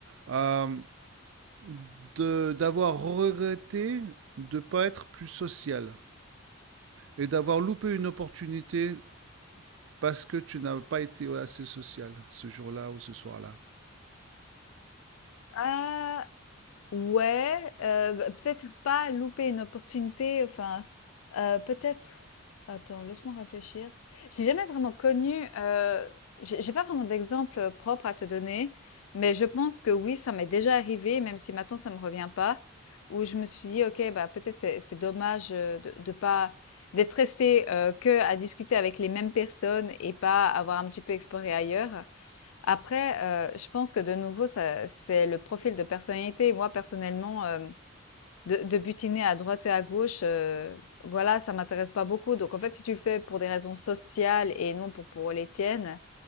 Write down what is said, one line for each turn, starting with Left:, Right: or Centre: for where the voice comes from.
Right: euh, de d'avoir regretté de ne pas être plus social et d'avoir loupé une opportunité parce que tu n'as pas été assez social ce jour-là ou ce soir-là.
Left: Ah, ouais, heu, bah, peut-être pas louper une opportunité, enfin, heu, peut-être attends, laisse-moi réfléchir. J'ai jamais vraiment connu, heu, j'ai j'ai pas vraiment d'exemple, propre à te donner, mais je pense que oui, ça m'est déjà arrivé, même si maintenant ça me revient pas, où je me suis dit: «OK, bah, peut-être c'est c'est dommage, heu, de de pas d'être resté que à discuter avec les mêmes personnes et pas avoir un petit peu exploré ailleurs». Après, heu, je pense que de nouveau, ça c'est le profil de personnalité. Moi, personnellement, hem, de de butiner à droite et à gauche, heu, voilà, ça m'intéresse pas beaucoup. Donc en fait, si tu le fais pour des raisons sociales et non pour pour les tiennes,